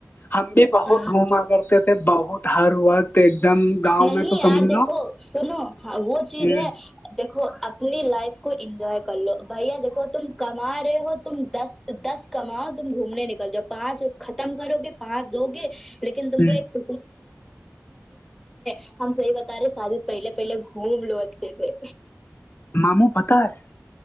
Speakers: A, on the left; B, in the centre.
A: ہم بھی بہت
B: ہ
A: گھوما کرتے تھے بہت ہر وقت ایک دم گاؤں
B: نہیں
A: میں تو
B: یار
A: سمجھ
B: دیکھو
A: لو
B: سنو وہ چیز
A: ہ
B: ہے دیکھو اپنی لائف کو انجوائے کر لو بھیا دیکھو تم کما رہے ہو تم دس دس کماؤ تم گھومنے نکل جاؤ پانچ ختم کرو گے پانچ دو گے لیکن تم
A: ہ
B: کو ایک <unintelligible> ہم صحیح بتا رہے شادی پہلے پہلے گھوم لو اچھے سے
A: ماموں پتا ہے